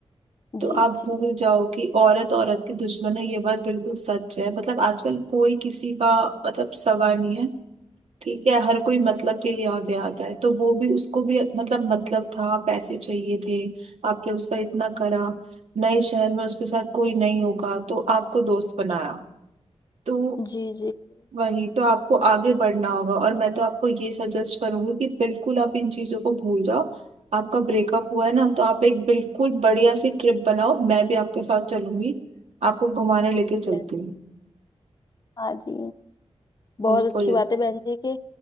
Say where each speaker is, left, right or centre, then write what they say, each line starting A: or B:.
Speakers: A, on the right; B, on the left.
A: तो
B: जी
A: आप
B: जी
A: भूल जाओ कि औरत औरत की दुश्मन है ये बात बिल्कुल सच है मतलब आजकल कोई किसी का मतलब सगा नहीं है ठीक है हर कोई मतलब के लिए आगे आता है तो वो भी उसको भी मतलब मतलब था पैसे चाहिए थे आपने उसका इतना करा नए शहर में उसके साथ कोई नहीं होगा तो आपको दोस्त बनाया तो
B: जी जी जी
A: वही तो आपको आगे बढ़ना होगा और मैं तो आपको ये सजेस्ट करूंगी कि बिल्कुल आप इन चीजों को भूल जाओ आपका ब्रेकअप हुआ है ना तो आप एक बिल्कुल बढ़िया सी ट्रिप बनाओ मैं भी आपके साथ चलूंगी आपको घुमाने लेके चलती
B: बहन जी।
A: हूँ
B: हाँ जी बहुत
A: बिल्कुल
B: अच्छी बात है बहन जी के